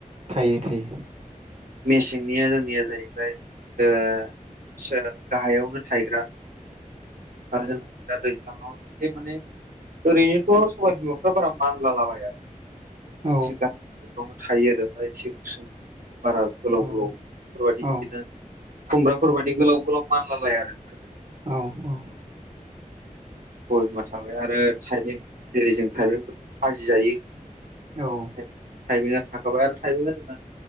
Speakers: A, on the right; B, on the right.
A: थायो थायो
B: मेसेंनिया जोंनिया जाहैबाय ओ फिसा गाहायावनो थायग्रा आरो जोंना दा दैज्लाङाव एसे माने ओरैनोथ' सबाइ बिमाफ्रा बारा मानलालाबाया।
A: औ
B: एसे गाहायफ्रावनो थायो आरो बा <unintelligible> एसे गुसुं बारा गोलाव
A: औ
B: गोलाव फोरबायादि बिदिनो
A: औ
B: खुमब्राफोरबादि गोलाव गोलाव मानलालाया आरो बिसोरो।
A: औ औ
B: सबाय बिमा थाबाय आरो थाइबें जेरै जों थाइबेंफोर फाजि जायो।
A: औ
B: थाइबेंआ थाखाबाय आरो थाइबेंआ जोंना